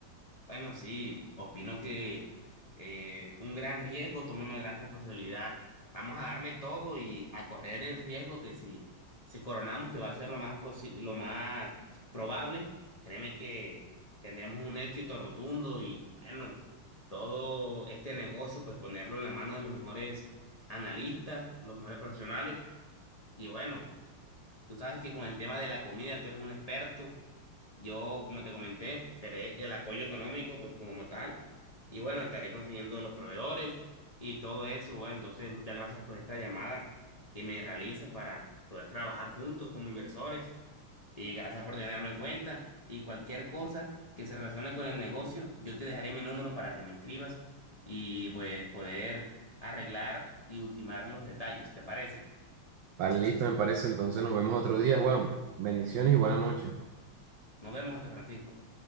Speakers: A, on the left; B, on the right.
A: Bueno, sí, opino que eh, un gran riesgo toma una gran responsabilidad. Vamos a darle todo y a correr el riesgo que si, si coronamos, que va a ser lo más, prosi- lo más probable, créeme que tendremos un éxito rotundo y bueno, todo este negocio, pues ponerlo en la mano de los mejores analistas, los mejores profesionales. Y bueno, tú sabes que con el tema de la comida tú eres un experto. Yo, como te comenté, seré el apoyo económico, pues como tal. Y bueno, estaré consiguiendo los proveedores y todo eso. Bueno, entonces muchas gracias por esta llamada que me realizas para poder trabajar juntos como inversores. Y gracias por tenerme en cuenta. Y cualquier cosa que se relacione con el negocio, yo te dejaré mi número para que me escribas y pues poder arreglar y ultimar los detalles. ¿Te parece?
B: Vale, listo, me parece. Entonces nos vemos otro día, Juan. Bendiciones y buenas noches.
A: Nos vemos, José Francisco.